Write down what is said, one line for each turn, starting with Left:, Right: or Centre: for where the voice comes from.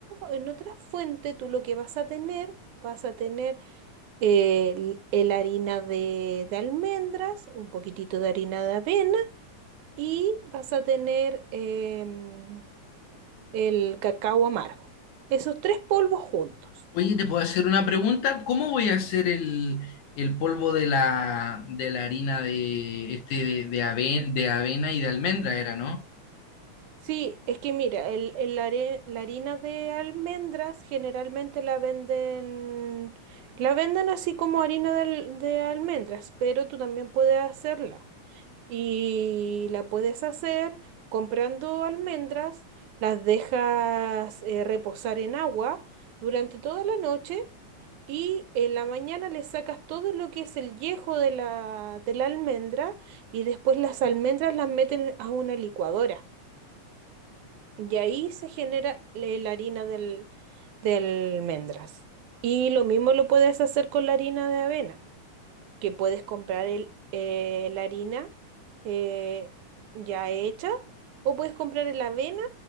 Right: en otra fuente tú lo que vas a tener, vas a tener el, el harina de, de almendras, un poquitito de harina de avena y vas a tener em, el cacao amargo. Esos tres polvos juntos.
Left: Oye, ¿te puedo hacer una pregunta? ¿Cómo voy a hacer el, el polvo de la, de la harina de, este, de, de ave- de avena y de almendra era, ¿no?
Right: Sí, es que mira, el, el are- la harina de almendras generalmente la venden, la venden así como harina de, al- de almendras, pero tú también puedes hacerla. y la puedes hacer comprando almendras, las dejas eh, reposar en agua durante toda la noche y en la mañana le sacas todo lo que es el yejo de la, de la almendra y después las almendras las meten a una licuadora y ahí se genera le- la harina del, de almendras. Y lo mismo lo puedes hacer con la harina de avena que puedes comprar el, eh, la harina eh, ya hecha o puedes comprar la avena